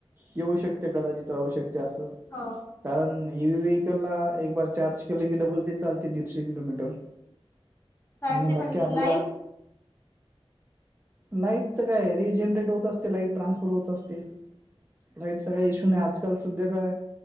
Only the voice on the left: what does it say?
हो
चालते
पण
लाईन